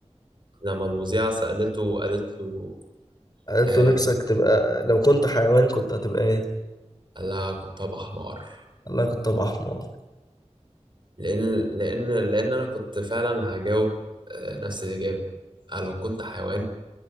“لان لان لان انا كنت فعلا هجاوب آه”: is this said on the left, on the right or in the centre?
Right